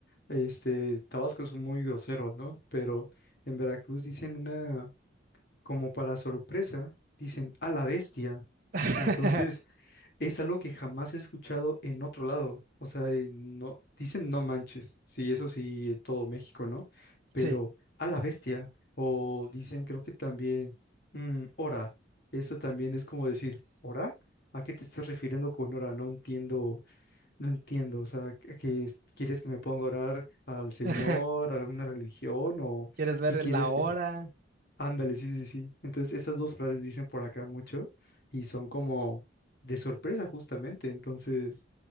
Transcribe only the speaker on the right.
<laughs>
Sí.
<laughs>
¿Quieres ver
la hora?